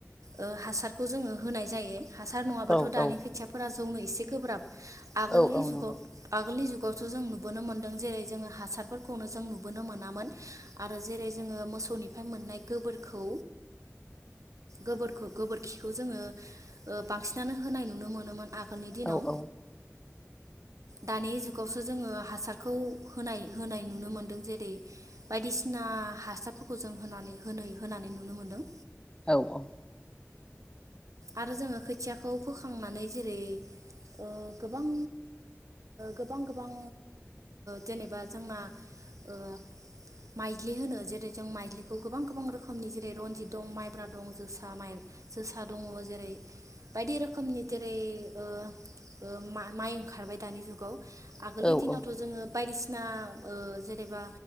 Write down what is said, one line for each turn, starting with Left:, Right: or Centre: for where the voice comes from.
Right: ओ हासारखौ जोङो होनाय जायो हासार नङाबाथ'
Left: औ
Right: दानि
Left: औ
Right: खोथियाफोरा ज सौनो एसे गोब्राब। आगोलनि
Left: औ औ
Right: जुगाव
Left: नंगौ
Right: आगोलनि जुग थ' जों नुबोनो मोन्दों जेरै जोङो हासारफोरखौनो जों नु बोनो मोनामोन आरो जेरै जोङो मोसौनिफ्राय मोननाय गोखौ गो गोबोरखिखौ जोङो ओ बांसिनानो होनाय नुनो मोनोमोन। आगोलनि दिनाव।
Left: औ औ
Right: दानि जुगावसो। जोङो हासारखौ होनाय होनाय नुनो मोनदों जे दैदै बायदिसिना हासारफोरखौ जों होनानै होनै होनानै नुनो मोन्दों।
Left: औ औ
Right: आरो जोङो खोथियाखौ फोखांनानै जेरै ओ गोबां गोबां गोबां जेनेबा ओ जोंना ओ माइज्लि होनो जेरै जों माइज्लिखौ गोबां गोबां रोखोमनि जेरै रनजित दं माइब्रा दं जोसा जोसा दं। दङ जेरै बायदि रोखोमनि जेरै ओ ओ माइ ओंखारबाय दानि जुगाव आगोलनि
Left: औ
Right: दिनावथ'
Left: औ
Right: जोङो बायदिसिना सिना जेनेबा